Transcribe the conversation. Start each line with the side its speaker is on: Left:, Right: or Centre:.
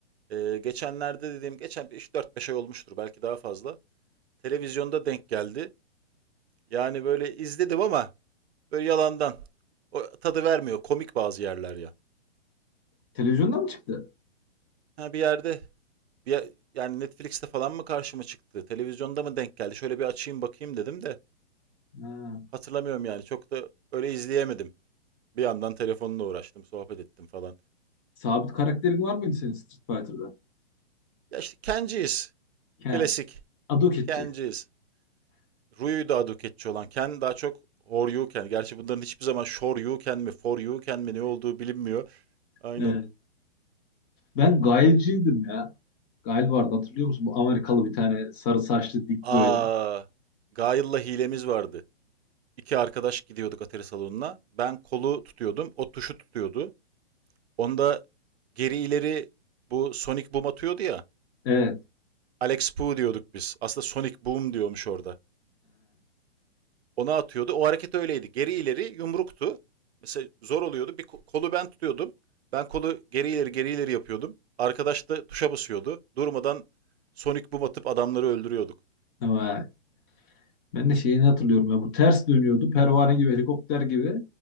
Right: Ee, geçenlerde dediğim, geçen 3-4-5 ay olmuştur belki daha fazla. Televizyonda denk geldi. Yani böyle izledim ama böyle yalandan. O tadı vermiyor. Komik bazı yerler ya.
Left: Televizyonda mı çıktı?
Right: Ha bir yerde bir, ye- yani Netflix'te falan mı karşıma çıktı? Televizyonda mı denk geldi? Şöyle bir açayım bakayım dedim de
Left: Ha.
Right: hatırlamıyorum yani. Çok da öyle izleyemedim. Bir yandan telefonla uğraştım, sohbet ettim falan.
Left: Sabit karakterin var mıydı senin Street Fighter'da?
Right: Ya işte Kenji'yiz.
Left: He.
Right: Klasik.
Left: Adoketçi.
Right: Kenji'yiz. Ruyu daha döketçi olan. Ken daha çok Horyuken. Gerçi bunların hiçbir zaman Shoryuken mi Foryuken mi ne olduğu bilinmiyor. Aynen.
Left: Evet. Ben Gail'ciydim ya. Gail vardı hatırlıyor musun? Bu Amerikalı bir tane sarı saçlı dik
Right: Aa,
Left: böyle.
Right: Gail'la hilemiz vardı. İki arkadaş gidiyorduk atari salonuna. Ben kolu tutuyordum. O tuşu tutuyordu. Onda geri ileri bu Sonic Boom atıyordu ya.
Left: Evet.
Right: Alex Poo diyorduk biz. Aslında Sonic Boom diyormuş orada. Ona atıyordu. O hareket öyleydi. Geri ileri yumruktu. Mesela zor oluyordu. Bir kolu ben tutuyordum. Ben kolu geri ileri geri ileri yapıyordum. Arkadaş da tuşa basıyordu. Durmadan Sonic Boom atıp adamları öldürüyorduk.
Left: He. Ben de şeyini hatırlıyorum ya bu ters dönüyordu. Pervane gibi helikopter gibi